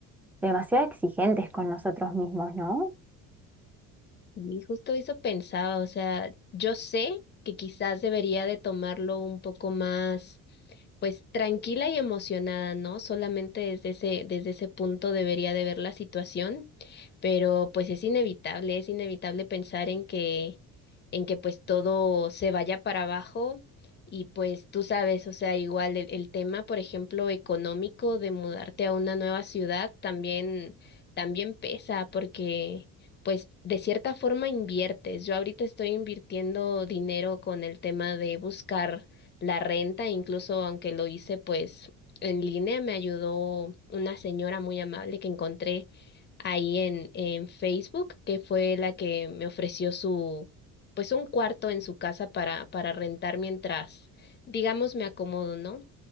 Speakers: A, in the centre; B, on the left.
A: demasiado exigentes con nosotros mismos, ¿no?
B: Y justo eso pensaba, o sea, yo sé que quizás debería de tomarlo un poco más pues tranquila y emocionada, ¿no? Solamente desde ese, desde ese punto debería de ver la situación, pero pues es inevitable, es inevitable pensar en que, en que pues todo se vaya para abajo y pues tú sabes, o sea, igual el, el tema, por ejemplo, económico de mudarte a una nueva ciudad también, también pesa porque pues de cierta forma inviertes. Yo ahorita estoy invirtiendo dinero con el tema de buscar la renta, incluso aunque lo hice pues en línea, me ayudó una señora muy amable que encontré ahí en, en Facebook, que fue la que me ofreció su, pues un cuarto en su casa para, para rentar mientras, digamos, me acomodo, ¿no?